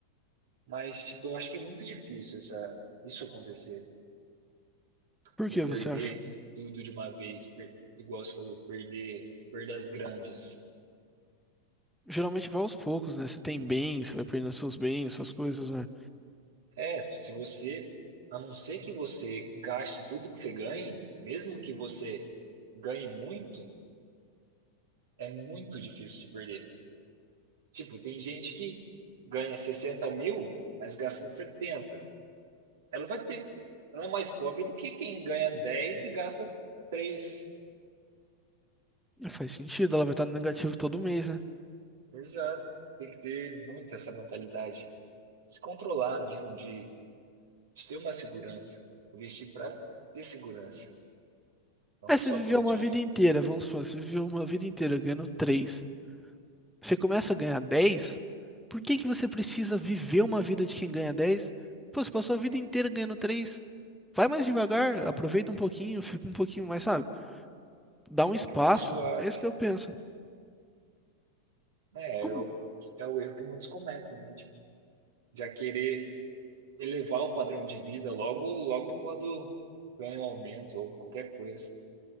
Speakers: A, on the right (about 60°); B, in the centre.
A: Mas, tipo, eu acho que é muito difícil essa, isso acontecer.
B: Por
A: Você
B: que
A: perder
B: você acha?
A: tudo de uma vez, per- igual você falou, perder perdas grandes.
B: Geralmente vai aos poucos, né? Você tem bens, você vai perdendo seus bens, suas coisas, né?
A: É, se você, a não ser que você gaste tudo que você ganhe, mesmo que você ganhe muito, é muito difícil se perder. Tipo, tem gente que ganha 60 mil, mas gasta setenta Ela vai ter, ela é mais pobre do que quem ganha 10 e gasta três
B: Não faz sentido, ela vai estar no negativo todo mês, né?
A: Exato. Tem que ter muito essa mentalidade. Se controlar mesmo, de, de ter uma segurança. Investir para ter segurança. Não
B: Aí
A: só
B: você viveu
A: pelo
B: uma
A: dinheiro.
B: vida inteira, vamos supor, você viveu uma vida inteira ganhando três, Você começa a ganhar 10? por que que você precisa viver uma vida de quem ganha 10? Pô, você passou a vida inteira ganhando 3, Vai mais devagar,
A: Exato.
B: aproveita um pouquinho, fica um pouquinho mais, sabe? Dá um
A: Fica
B: espaço.
A: mais suave.
B: É isso que eu penso.
A: né
B: Como
A: é o, é o erro que muitos cometem, né? Tipo, já querer elevar o padrão de vida logo, logo quando ganha um aumento ou qualquer coisa.